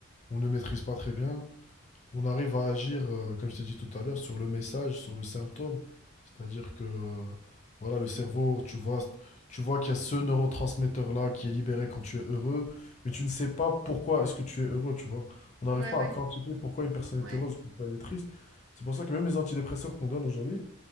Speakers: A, on the left (about 30°); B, on the right (about 60°).
A: on ne maîtrise pas très bien. On arrive à agir, euh, comme je t'ai dit tout à l'heure, sur le message, sur le symptôme. C'est-à-dire que, euh, voilà, le cerveau, tu vois, tu vois qu'il y a ce neurotransmetteur-là qui est libéré quand tu es heureux, mais tu ne sais pas pourquoi est-ce que tu es heureux, tu vois. On n'arrive
B: Ouais,
A: pas
B: ouais,
A: à quantifier pourquoi une personne
B: ouais.
A: est heureuse, pourquoi elle est triste. C'est pour ça que même les antidépresseurs qu'on donne aujourd'hui,